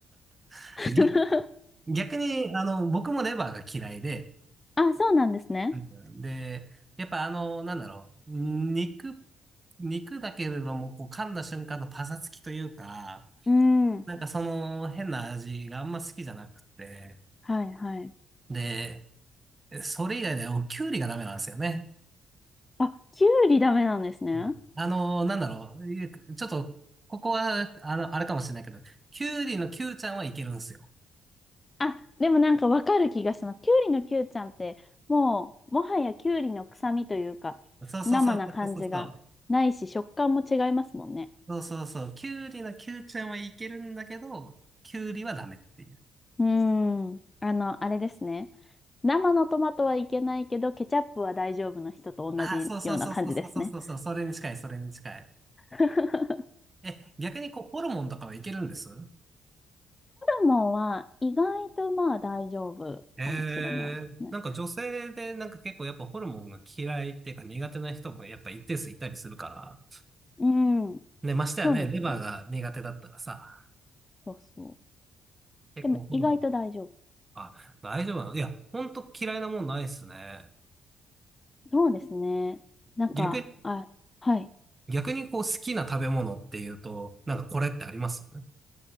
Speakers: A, on the right (about 25°); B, on the left (about 25°).
A: <laughs>
B: <laughs>
A: 逆逆に、あの、僕もレバーが嫌いで、
B: あ、そうなんですね。
A: うんで、やっぱあの、なんだろう、肉、肉だけれども、こう噛んだ瞬間のパサつきというか、
B: うん。
A: なんかその変な味があんま好きじゃなくて、
B: はいはい。
A: で、それ以外でおきゅうりがダメなんですよね。
B: あ、きゅうりダメなんですね。
A: うんあの、なんだろう、いえちょっと、ここは、あの、あれかもしれないけど、きゅうりのきゅうちゃんはいけるんですよ。
B: あ、でもなんかわかる気がします。きゅうりのきゅうちゃんって、もう、もはやきゅうりの臭みというか、
A: そうそうそうそうそうそう。
B: 生な感じがないし、食感も違いますもんね。
A: そうそうそう。きゅうりのきゅうちゃんはいけるんだけど、きゅうりはダメっていう。
B: うーん。あの、あれですね。生のトマトはいけないけど、ケチャップは大丈夫の人と同じような感じですね。
A: ああ、そうそうそうそうそうそうそうそう、それに近い、それに近い。
B: <laughs>
A: え、逆にこう、ホルモンとかはいけるんです
B: ーモンは意外とまあ大丈夫かもしれないですね。
A: ええなんか女性でなんか結構やっぱホルモンが嫌いっていうか苦手な人もやっぱ一定数いたりするから。
B: うん。
A: ね、ましてやね、
B: そうですね。
A: レバーが苦手だったらさ、
B: そうそう。
A: 結構ホルモン、
B: でも意外と大丈夫。
A: あ、大丈夫なのいや、ほんと嫌いなもんないっすね。
B: そうですね。なんか、
A: 逆に、
B: あ、はい。好
A: 逆にこう好きな食べ物っていうと、なんかこれってあります